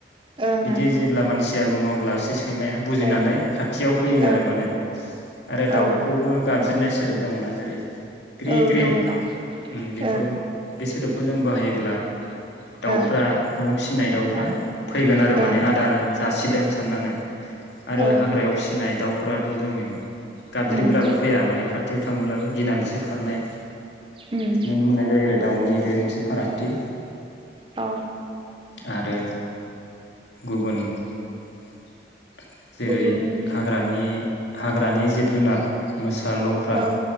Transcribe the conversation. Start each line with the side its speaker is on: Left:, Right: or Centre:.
Right: ओं
Left: बिदि जेब्ला मानसि सिया बुङो अब्ला एसे सैमाया बुजिनानै
Right: ओ
Left: खाथियाव फैयो
Right: ओं
Left: आरो माने आरो दाउ
Right: औ
Left: गाबज्रिनाय सोदोब दङ ना जेरै ग्रि
Right: औ
Left: ग्रि
Right: दङ दं
Left: उम बेखौ
Right: ओं
Left: बे सोदोबखौ जों बाहायोब्ला। दाउफ्रा
Right: ओं
Left: न'आव फिसिनाय दाउफ्रा
Right: ओं
Left: फैगोन आरो माने
Right: ओं
Left: आदार जासिदों साननानै आरो
Right: औ
Left: हाग्रायाव फिसिनाय दाउफोराथ' जोङो गाबज्रिब्लाबो
Right: उम
Left: फैया माने खाथियाव थाङोब्लाबो गिनानैसो ओंखारनाय
Right: उम
Left: नुनो मोननाय जायो आरो दाउनि बे मोनसे फारागथि
Right: औ
Left: आरो गुबुन <inaudible> जेरै
Right: गुबुन
Left: हाग्रा हाग्रानि जि <unintelligible> मोसा लख्रा
Right: औ